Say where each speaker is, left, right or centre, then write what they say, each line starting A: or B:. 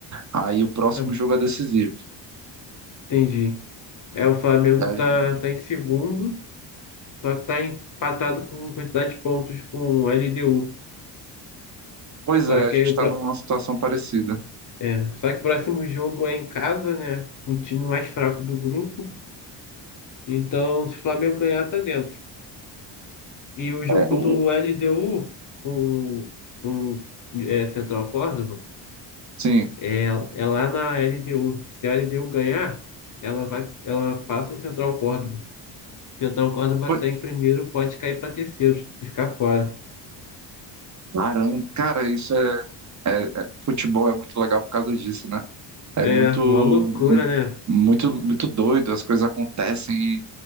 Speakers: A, on the right; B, on the left.
A: Aí o próximo
B: é,
A: jogo é decisivo.
B: entendi. É, o Flamengo
A: E a
B: tá,
A: gen-
B: tá em segundo, só que tá empatado com quantidade de pontos com o LDU.
A: Pois é,
B: Só
A: a
B: que
A: gente
B: aí
A: tá
B: o, pró-
A: numa situação parecida.
B: é, só que o próximo jogo é em casa, né? Um time mais fraco do grupo. Então, se o Flamengo ganhar, tá dentro. E o jogo
A: É, o,
B: do
A: o-
B: LDU com, com é, Central Córdoba.
A: sim.
B: É, é lá na LDU. Se a LDU ganhar, ela vai, ela passa o Central Córdoba. Central Córdoba
A: Pô,
B: que está em primeiro pode cair para terceiro e ficar fora.
A: Caramba, cara, isso é, é- é- Futebol é muito legal por causa disso, né? É
B: É,
A: muito,
B: uma loucura, né?
A: muito, muito doido, as coisas acontecem